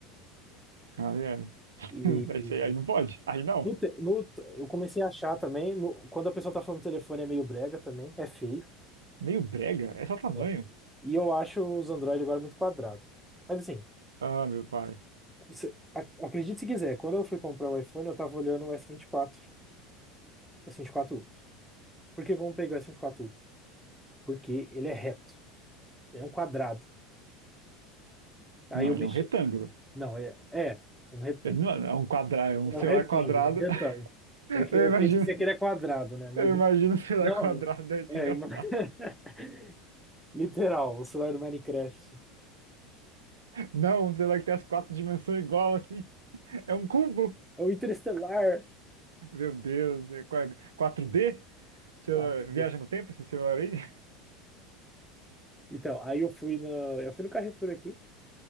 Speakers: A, on the right (about 75°); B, in the centre.
A: Ai, ai. <laughs>
B: E,
A: Aí,
B: e
A: você- aí não pode. Aí não.
B: no, te- no- eu comecei a achar também, no- quando a pessoa tá falando no telefone é meio brega também, é feio.
A: Meio brega. É só tamanho.
B: É. E eu acho os Android agora muito quadrado. Mas assim,
A: Ah, meu pai.
B: você, ac- acredite se quiser, quando eu fui comprar o iPhone eu tava olhando o s vinte e quatro s vinte e quatro Ultra. Por que vamos pegar o s vinte e quatro Ultra? Porque ele é reto. Ele é um quadrado. Aí
A: Não,
B: eu
A: ele
B: mexi.
A: é um retângulo.
B: Não, é, é um retângulo.
A: Ele não é um quadrado, é um
B: É um
A: celular
B: retângulo,
A: quadrado.
B: um retângulo.
A: <laughs>
B: É que
A: Eu
B: eu
A: imagino,
B: quis dizer que ele é quadrado, né? Mas
A: eu imagino um celular
B: não,
A: quadrado, deve
B: é
A: ser engraçado.
B: ima- <laughs> literal, o celular do Minecraft.
A: Não, um celular que tem as quatro dimensões igual assim. É um cubo.
B: É o Interestelar
A: Meu Deus, é qua- 4D? Você
B: Quatro. d
A: viaja no tempo esse celular aí? <laughs>
B: Então, aí eu fui no, eu fui no Carrefour aqui